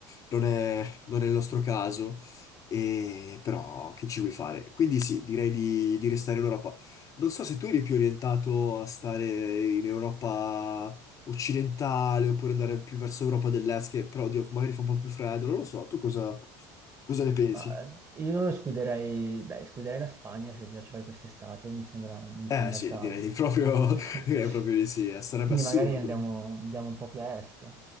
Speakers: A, on the left (about 35°); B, on the right (about 30°).
A: non è, non è il nostro caso. E- Però che ci vuoi fare? Quindi sì, direi di, di restare in Europa. Non so se tu eri più orientato a stare in Europa occidentale oppure andare più verso Europa dell'Est, che però oddio, magari fa un po' più freddo, non lo so. Tu cosa, cosa ne pensi?
B: Ma eh, io escluderei, beh, escluderei la Spagna se già ci vai quest'estate, mi sembra, non mi
A: Eh
B: sembra
A: sì,
B: il caso.
A: direi proprio,
B: <laughs>
A: <laughs> direi proprio di sì, eh, sarebbe
B: Quindi
A: assurdo.
B: magari andiamo, andiamo un po' più a est,